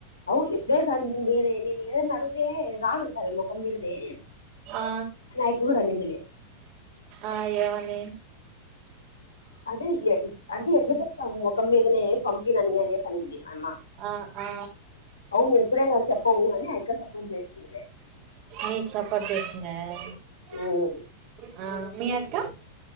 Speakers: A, on the left (about 75°); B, on the right (about 45°).
A: అవు ఏప్పుడే కానీ నేను ఏదైన ఏదన్నా అడిగితే రాన్ అంటావే మొఖం మీదనే
B: ఆ
A: నా ఎక్క కూడా నిందిలే
B: ఆ ఏమని
A: అదే అంటే ఎట్లా చెప్తాము ముఖం మీదనే పంపినని అనేసి అనింది అయమ్మ
B: ఆ ఆ
A: అవును ఎప్పుడే కాని చెప్పవు అని అయిక్క సపోర్ట్ చేసిందిలే
B: నీకు సపోర్ట్ చేసిందా
A: ఉమ్.
B: మీఎక్క